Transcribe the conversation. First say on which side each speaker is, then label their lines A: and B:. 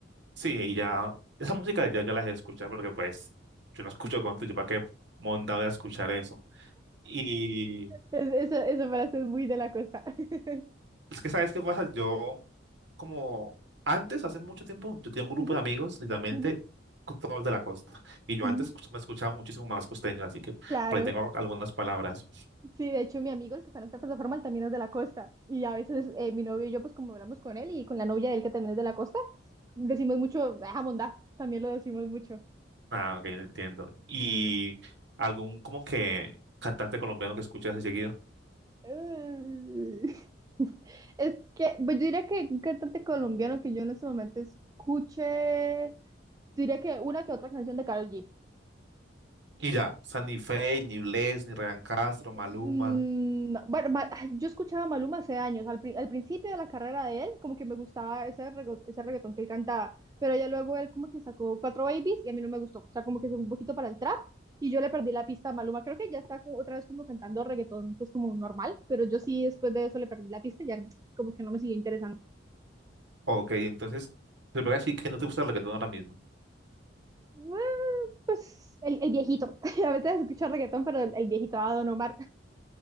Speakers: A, on the right; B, on the right.
A: Sí, y ya, esa música ya, ya las he escuchado, porque pues, yo no escucho
B: Ok.
A: country, yo para qué monda voy a escuchar eso. Y
B: Es- esa, esa frase es muy de la costa. <laughs>
A: es que, ¿sabes qué pasa? Yo como antes, hace mucho tiempo, yo tenía un grupo
B: Ujú,
A: de amigos, literalmente
B: ujú,
A: co- todos de la costa. Y yo
B: ujú.
A: antes escuch- me escuchaba muchísimo más costeño, así que
B: Claro.
A: por ahí tengo algunas palabras.
B: Sí, de hecho, mi amigo, el que está en esta plataforma, él también es de la costa. Y a veces eh, mi novio y yo, pues como hablamos con él y con la novia de él, que también es de la costa, decimos mucho, ah, mondá, también lo decimos mucho.
A: Ah, ok, entiendo. Y algún como que cantante colombiano que escuche así seguido.
B: Ay. Es que, pues yo diría que un cantante colombiano que yo en este momento escuche, yo diría que una que otra canción de Karol G.
A: Y ya, o sea, ni Feid, ni Bless, ni Ryan Castro, Maluma.
B: Mm, bueno, Ma- ay, yo escuchaba a Maluma hace años, al, pri- al principio de la carrera de él, como que me gustaba ese, rego- ese reggaetón que él cantaba, pero ya luego él como que sacó Cuatro Babies y a mí no me gustó, o sea, como que se fue un poquito para el trap y yo le perdí la pista a Maluma, creo que ya está como otra vez como cantando reggaetón pues como normal, pero yo sí después de eso le perdí la pista y ya como que no me siguió interesando.
A: Ok, entonces, te voy a decir que no te gusta el reggaetón ahora mismo.
B: Bueno, Pues el, el viejito, <laughs> a veces escucho reggaetón, pero el, el viejito, a Don Omar,